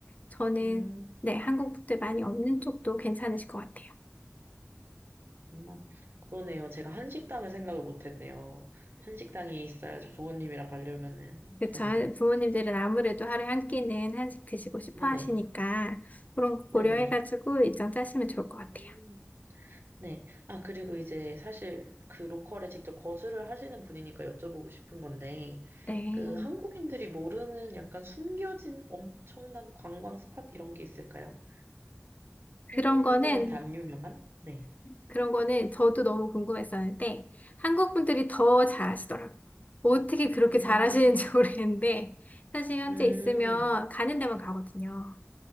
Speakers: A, on the left (about 35°); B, on the right (about 55°).
A: 저는
B: 음,
A: 네, 한국 분들 많이 없는 쪽도 괜찮으실 것 같아요.
B: 그렇구나. 그러네요. 제가 한식당을 생각을 못 했네요. 한식당이 있어야지 부모님이랑 가려면은
A: 그쵸.
B: 그렇네.
A: 한- 부모님들은 아무래도 하루에 한 끼는 한식 드시고 싶어
B: 네네.
A: 하시니까 그런 거 고려해가지고
B: 네네.
A: 일정 짜시면 좋을 것
B: 음.
A: 같아요.
B: 네. 아, 그리고 이제 사실 그 로컬에 직접 거주를 하시는 분이니까 여쭤보고 싶은 건데,
A: 네.
B: 그 한국인들이 모르는 약간 숨겨진 엄청난 관광 스팟 이런 게 있을까요?
A: 그런
B: 한국인들한테
A: 거는,
B: 안 유명한? 네.
A: 그런 거는 저도 너무 궁금했었는데 한국 분들이 더 잘하시더라고요. 어떻게 그렇게
B: 음,
A: 잘하시는지 <laughs> 모르겠는데 사실 현재
B: 음,
A: 있으면 가는 데만 가거든요.